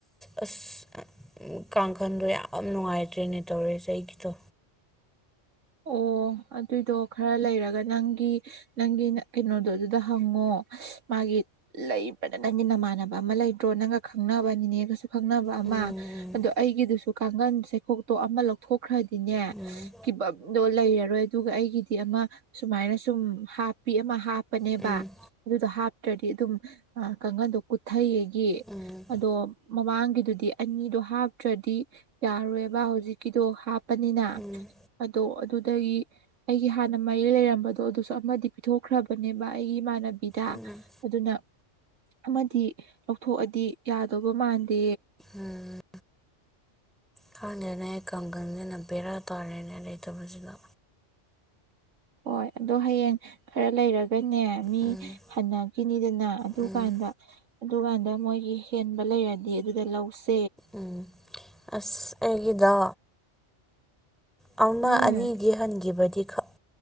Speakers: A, in the centre; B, on the right.
A: ꯑꯁ ꯀꯥꯡꯈꯟꯗꯣ ꯌꯥꯝ ꯅꯨꯡꯉꯥꯏꯇ꯭ꯔꯦꯅꯦ ꯇꯧꯔꯦꯁꯦ ꯑꯩꯒꯤꯗꯣ
B: ꯑꯣ ꯑꯗꯨꯏꯗꯣ ꯈꯔ ꯂꯩꯔꯒ ꯅꯪꯒꯤ ꯅꯪꯒꯤ ꯀꯩꯅꯣꯗꯣ ꯑꯗꯨꯗ ꯍꯪꯉꯣ ꯃꯥꯒꯤ ꯂꯩꯕ꯭ꯔꯗ ꯅꯪꯒꯤ ꯅꯃꯥꯟꯅꯕ ꯑꯃ ꯂꯩꯗ꯭ꯔꯣ ꯅꯪꯒ ꯈꯪꯅꯕꯅꯤꯅꯦꯒꯁꯨ ꯈꯪꯅꯕ ꯑꯃ
A: ꯎꯝ
B: ꯑꯗꯣ ꯑꯩꯒꯤꯗꯨꯁꯨ ꯀꯥꯡꯒꯟ ꯆꯩꯈꯣꯛꯇꯣ ꯑꯃ ꯂꯧ ꯊꯣꯛꯈ꯭ꯔꯗꯤꯅꯦ <unintelligible>
A: ꯎꯝ
B: ꯂꯩꯔꯔꯣꯏ ꯑꯗꯨꯒ ꯑꯩꯒꯤꯗꯤ ꯑꯃ ꯁꯨꯃꯥꯏꯅ ꯁꯨꯝ ꯍꯥꯞꯄꯤ ꯑꯃ ꯍꯥꯞ ꯍꯥꯞꯄꯅꯦꯕ
A: ꯎꯝ
B: ꯑꯗꯨꯗꯣ ꯍꯥꯞꯇ꯭ꯔꯗꯤ ꯑꯗꯨꯝ ꯀꯥꯡꯈꯟꯗꯣ ꯀꯨꯊꯩꯑꯦ ꯒꯤ
A: ꯎꯝ
B: ꯑꯗꯣ ꯃꯃꯥꯡꯒꯤꯗꯨꯗꯤ ꯑꯅꯤꯗꯣ ꯍꯥꯞꯇ꯭ꯔꯗꯤ ꯌꯥꯔꯣꯏꯕ ꯍꯧꯖꯤꯛꯀꯤꯗꯣ ꯍꯥꯞꯄꯅꯤꯅ
A: ꯎꯝ
B: ꯑꯗꯣ ꯑꯗꯨꯗꯩ ꯑꯩꯒꯤ ꯍꯥꯟꯅ ꯃꯔꯤ ꯂꯩꯔꯝꯕꯗꯣ ꯑꯗꯨꯁꯨ ꯑꯃꯗꯤ ꯄꯤꯊꯣꯛꯈ꯭ꯔꯕꯅꯦꯕ ꯑꯩꯒꯤ ꯏꯃꯥꯟꯅꯕꯤ ꯕꯤꯗ
A: ꯎꯝ
B: ꯑꯗꯨꯅ ꯑꯃꯗꯤ ꯂꯧꯊꯣꯛꯑꯗꯤ ꯌꯥꯗꯧꯕ ꯃꯥꯟꯗꯦ
A: ꯎꯝ ꯈꯪꯗꯧꯅꯦ ꯀꯥꯡꯒꯜꯁꯤꯅ ꯕꯦꯔꯥ ꯇꯥꯔꯦꯅꯦ ꯂꯩꯇꯕꯁꯤꯗ
B: ꯍꯣꯏ ꯑꯗꯣ ꯍꯌꯦꯡ ꯈꯔ ꯂꯩꯔꯒ ꯅꯦ ꯃꯤ
A: ꯎꯝ
B: ꯍꯟꯅꯈꯤꯅꯤꯗꯅ ꯑꯗꯨ
A: ꯎꯝ
B: ꯀꯥꯟꯗ ꯑꯗꯨꯀꯥꯟꯗ ꯃꯣꯏꯒꯤ ꯍꯦꯟꯕ ꯂꯩꯔꯗꯤ ꯑꯗꯨꯗꯩ ꯂꯧꯁꯦ
A: ꯎꯝ ꯑꯁ ꯑꯩꯒꯤꯗꯣ ꯑꯧ ꯅꯪ
B: ꯎꯝ
A: ꯑꯅꯤꯗꯤ ꯍꯟꯈꯤꯕꯗꯤ ꯈꯡ